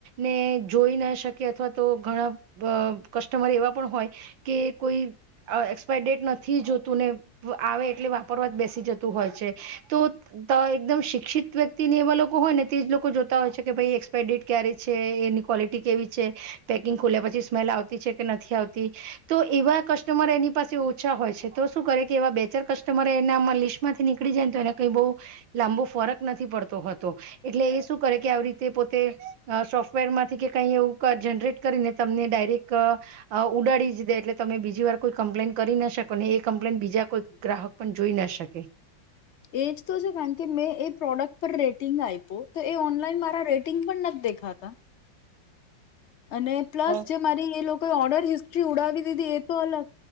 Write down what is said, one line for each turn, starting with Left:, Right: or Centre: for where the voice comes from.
Right: ને જોઈ ના શકે અથવા તો ઘણા અ કસ્ટમર એવા પણ હોય કે કોઈ એક્સપાયર ડેટ નથી જોતું ને આવે એટલે વાપરવા જ બેસી જતું હોય છે તો એકદમ શિક્ષિત વ્યક્તિને એવા લોકો હોય ને તે જ લોકો જોતા હોય છે કે ભાઈ એક્સપાય ડેટ ક છે એની ક્વલિટી કેવી છે પેકિંગ ખોલ્યા પછી સ્મેલ આવતી છે કે નથી આવતી તો એવા કસ્ટમર એની પાસે ઓછા હોય છે તો શું કરે કે એવા બેચર કસ્ટમર એના આમાં લિસ્ટમાંથી નીકળ પનીકડી જાય ને તો એને કઈ બહુ લાંબો ફરક નથી પડતોતો એટલે એ શું કરે કે આવી રીતે પોતે સોફ્ટવેર માંથી કે કઈ એવું જનરેટ કરીને તમને ડાયરેક્ટ ઉડાડી જ દે એટલે તમે બીજી વાર કોઈ કમ્પ્લેન કરી ના શકો ને એ કમ્પ્લેન બીજા કોઈ ગ્રાહક પણ જોઈ ના શકે
Left: એજ તો છે કારણ કે મેં એ પ્રોડક્ટ પર રેટિંગ આપ્યું તો એ ઓન <unintelligible> મારા રેટિંગ પણ નથી દેખાતા. અને પ્લસ
Right: હમ
Left: જે મારી એ લોકોએ ઓર્ડર હિસ્ટ્રી ઉડાવી દીધી એ તો અલગ